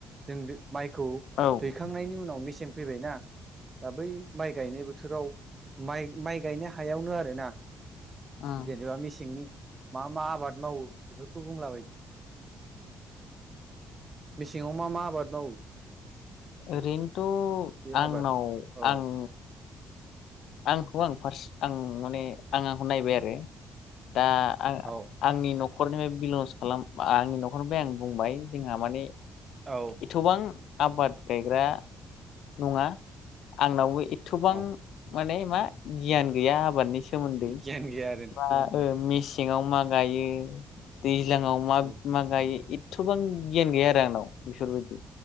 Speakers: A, on the right; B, on the left.
A: जों माइखौ
B: औ उम
A: दैखांनायनि उनाव मेसें फैबायना दा बै माइ गायनायबो बोथोराव माइ माइ गायनो हायावनो आर ना।
B: उम
A: जेनेबा मेसेंनि मा मा आबाद मावो बेफोरखौ बुंला बायदो? मेसेङाव मा मा आबाद मावो?
B: ओरैनोथ
A: बे
B: आंनाव
A: आबाद औ
B: आं आंखौ आं फार्स आं माने आं आंखौ नायबाय आरो। दा आं
A: औ
B: आंनि नखरनिफ्राय बिलं खालाम आंनि नखरनिफ्राय आं बुंबाय जोंहा माने
A: औ
B: एथबां आबाद गायग्रा नङा आंनावबो एथबां
A: औ
B: माने मा गियान गैया आबादनि सोमोन्दै
A: गियान गैया आरोना
B: बा
A: औ
B: ओ मेसे ङाव मा गायो दैज्लाङाव मा
A: औ
B: मा गायो एथबां गियान गैया आरो आंनाव बेफोरबायदि